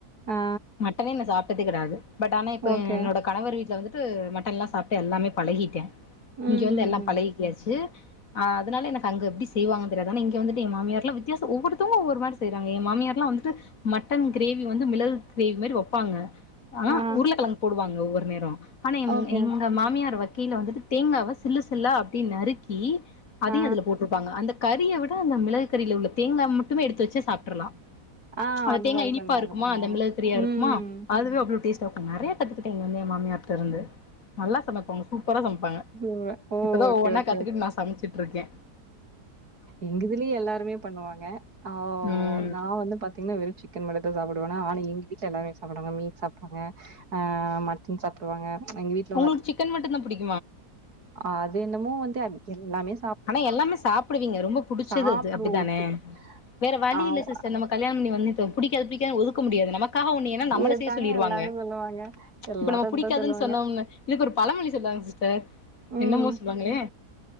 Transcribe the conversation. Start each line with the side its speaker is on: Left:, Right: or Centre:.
Right: ஆ.
Left: மட்டனே நா சாப்டதே கெடையாது பட் ஆனா இப்ப
Right: ஓகே.
Left: என்னோட கணவர் வீட்ல வந்துட்டு மட்டன்லா சாப்ட்டு எல்லாமே பழகிட்டே
Right: ம், ம்,
Left: இங்க வந்து எல்லா
Right: ம்.
Left: பழகிக்யாச்சு அ அதனால எனக்கு அங்க பிஸ் செய்வாங்கன்னு தெரியாது ஆனா இங்க வந்துட்டு ஏ மாமியார்லா வித்தியாச ஒவ்வொருத்தவங்க ஒவ்வொரு மாரி செய்றாங்க ஏ மாமியார்லா வந்துட்டு மட்டன் கிரே வி வந்து மிளகு கிரேவி மாரி வப்பாங்கா ஆனா
Right: ஆ.
Left: உருள கெழங்கு போடுவாங்க ஒவ்வொரு நேரோ ஆனா
Right: ஓகே,
Left: எங்க
Right: ஓகே.
Left: மாமியார் வச் கீல வந்துட்டு தேங்காவ சில்லு சில்லா அப்டி நறுக்கி அதயு
Right: ஆ,
Left: அதுல போட்டு அந்த கறிய விட அந்த மிளகுகறில உள்ள தேங்கா மட்டுமே எடுத்து வச்சு சாப்டுரலா
Right: ஆ
Left: அந்த தேங்கா
Right: மாரி
Left: இனிப்பா
Right: பண்ணுவாங்க,
Left: இருக்குமா
Right: பண்ணுவாங்க.
Left: அந்த மிளகு திரியா இருக்குமா
Right: ம்.
Left: அதுவே அவ்ளோ டேஸ் நெறய கத்துக்கிட்ட இங்க வந்து எ மாமியாரிட்ட இருந்து நல்லா சமைப்பாங்க சூப்பரா சமைப்பாங்க
Right: சூப்பர். ஓ!
Left: இப்பதா
Right: ஓகே,
Left: ஒவ்வொன்னா
Right: ஓகே,
Left: கத்துக்கிட்டு நா சமச்சிட்டு இருக்கே
Right: எங்கிதுலேயு எல்லாருமே பண்ணுவாங்க ஆவ்
Left: ம்
Right: நா வந்து பாத்தீங்னா வெறு சிக்கன் மட்டு சாப்பிடு வேனா ஆனா எங்க வீட்ல எல்லாமே சாப்டுவாங்க மீன் சாப்டுவாங்க ஆ மட்டன் சாப்டுவாங்க எங்க வீட்
Left: உங்குளுக்கு சிக்கன் மட்டுந்தா புடிக்
Right: அது என்னமோ வந்து அதுக்கெல்லாமே
Left: ஆனா எல்லாமே சாப்புடுவீங்க ரொம்ப புடிச்சது
Right: சாப்பிடுவோம்
Left: அது அப்டிதானே
Right: ஒத்துக்கு.
Left: வேற வழி
Right: ஆமா.
Left: இல்ல சிஸ்டர் நம்ம கல்யாணபண்ணி வந்துட்டோ புடிக்காது புடிக்காதுன் ஒதுக்க முடியாது நமக்காக ஒன்னு ஏனா நம்மள
Right: இத
Left: செய்ய
Right: தாங்க
Left: சொல்லிருவாங்க
Right: எல்லாரும் சொல்லுவாங்க. எல்லாரும்
Left: இப்ப நம்ம புடிக்காதுன்
Right: அதான் சொல்லுவாங்க.
Left: சொன்னோம்ல இதுக்கொரு பழமொழி சொல்ல ஆ சிஸ்டர்
Right: ம்.
Left: என்னமோ சொல்லுவாங்களே